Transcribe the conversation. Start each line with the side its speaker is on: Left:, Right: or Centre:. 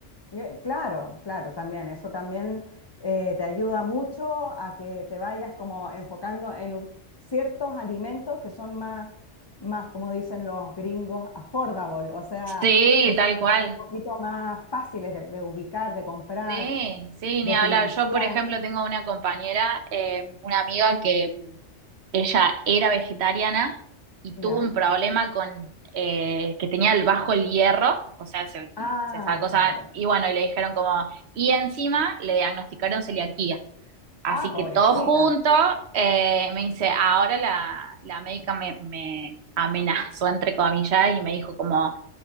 Left: Eh, Claro, claro, también. Eso también eh, te ayuda mucho a que te vayas como enfocando en un- ciertos alimentos que son más, más, como dicen los gringos, affordable, o sea,
Right: Sí,
Left: que sean
Right: tal cual.
Left: un poquito más fáciles de, de ubicar, de comprar,
Right: Sí, sí,
Left: de
Right: ni hablar.
Left: financiar,
Right: Yo, por ejemplo, tengo una compañera, eh, una amiga que mm, ella era vegetariana y
Left: ¿ya?
Right: tuvo un problema con eh, que tenía el bajo el hierro, o sea, se,
Left: Ah,
Right: se sacó, o
Left: claro.
Right: sea, y bueno, y le dijeron como, y encima le diagnosticaron celiaquía. Así
Left: Ah, pobrecita,
Right: que todo junto, eh, me dice, ahora la, la médica me, me amenazó, entre comillas, y me dijo como,